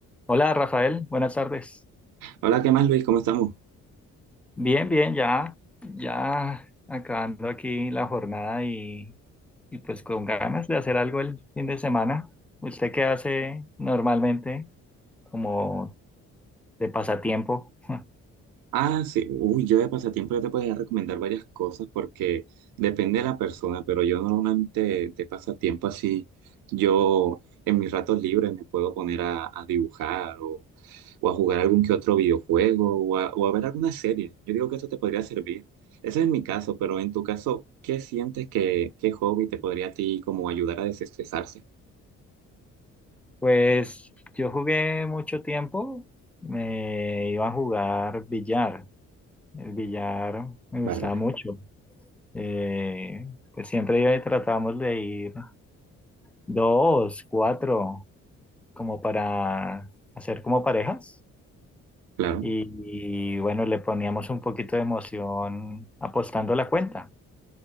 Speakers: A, in the centre; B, on the right.
A: Hola Rafael, buenas tardes.
B: Hola, ¿qué más, Luis? ¿Cómo estamos?
A: Bien, bien, ya, ya acabando aquí la jornada y, y pues con ganas de hacer algo el fin de semana. ¿Usted qué hace normalmente como de pasatiempo? <laughs>
B: Ah, sí. Uy, yo de pasatiempo yo te podría recomendar varias cosas porque depende de la persona, pero yo normalmente de de pasatiempo así, yo en mis ratos libres me puedo poner a, a dibujar o, o a jugar algún que otro videojuego o a, o a ver alguna serie. Yo digo que eso te podría servir. Ese es mi caso, pero en tu caso, ¿qué sientes que qué hobby te podría a ti como ayudar a desestresarse?
A: Pues yo jugué mucho tiempo, me iba a jugar billar. El billar me gustaba
B: Vale, vale.
A: mucho. Eh, pues siempre iba y tratábamos de ir dos, cuatro. como para hacer como parejas.
B: Claro.
A: Y, y, bueno, le poníamos un poquito de emoción apostando la cuenta.